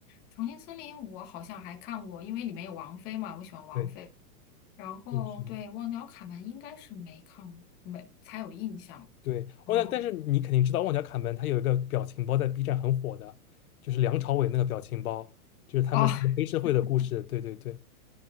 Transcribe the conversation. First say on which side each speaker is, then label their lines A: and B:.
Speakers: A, on the left; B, on the left.
A: 《重庆森林》我好像还看过，因为里面有王菲嘛，我喜欢王菲。
B: 对，
A: 然后对《忘掉卡门》应该是没看过，
B: 是的，是的。
A: 没才有印象。
B: 对，
A: 嗯，
B: 旺角，但是你肯定知道旺角卡门，他有一个表情包在 B 站很火的，就是梁朝伟那个表情包，就是他们是个黑社会的故事。
A: 哦 <laughs>
B: 对对对，